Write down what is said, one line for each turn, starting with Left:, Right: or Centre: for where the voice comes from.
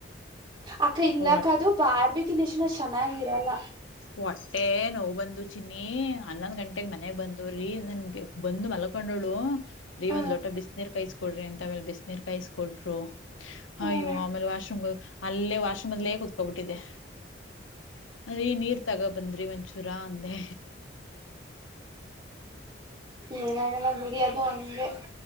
Right: ಅಕ್ಕ ಇಲ್ಲಕ್ಕ
Left: ಹೊಟ್
Right: ಅದು ಬಾರ್ಬಿ <unintelligible> ಗನ್ರರಶನ ಚೆನ್ನಾಗಿರಲ್ಲ
Left: ಹೊಟ್ಟೆ ನೋವು ಬಂದು ಚಿನ್ನಿ ಹನ್ನೊಂದ್ ಗಂಟೇಗ್ ಮನೆಗ್ ಬಂದು. ರೀ ನನ್ಗೆ ಬಂದು ಮಲ್ಕೊಂಡೋಳು ರೀ
Right: ಹ
Left: ಒಂದ್ ಲೋಟ ಬಿಸಿನೀರ್ ಕಾಯಿಸ್ ಕೊಡ್ರಿ ಅಂತ ಆಮೇಲ ಬಿಸಿನೀರ್ ಕಾಯಿಸಕ ಕೊಟ್ರೂ
Right: ಹ
Left: ಅಯ್ಯೋ ಆಮೇಲೆ ವಾಶ್ರೂಮ್ಗ ಹೋಗಿ ಅಲ್ಲೇ ವಾಶ್ರೂಮಲ್ಲೇ ಕುತ್ಕೋಬಿಟ್ಟಿದೆ. ರಿ ನೀರ್ ತಗೋ ಬಂದ್ರಿ ವಂಚೂರಾ ಅಂದೆ.
Right: ಏನಾಗಲ್ಲ ಬಿಡಿ ಅದು ಹಂಗೆ.